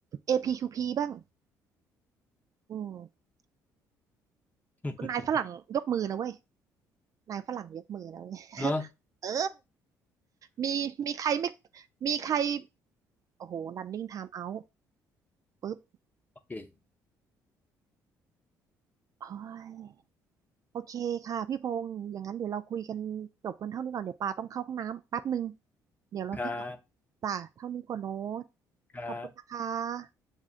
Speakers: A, on the right; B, on the left.
A: APQP บ้าง อืม
B: <laughs>
A: นายฝรั่งยกมือนะเว้ย นายฝรั่งยกมือนะเว้ย <laughs>
B: เนาะ
A: เออ มี มีใครไม่มีใคร โอ้โห running time out ปุ๊บ
B: โอเค
A: โอ้ยโอเคค่ะพี่พงษ์อย่างนั้นเดี๋ยวเราคุยกันจบกันเท่านี้ก่อนเดี๋ยวปาต้องเข้าห้องน้ำแป๊บหนึ่งเดี๋ยวเราค่อยกลับ
B: ครับ
A: จ้ะเท่านี้ก่อนโน้ต
B: ครับ
A: ขอบคุณนะคะ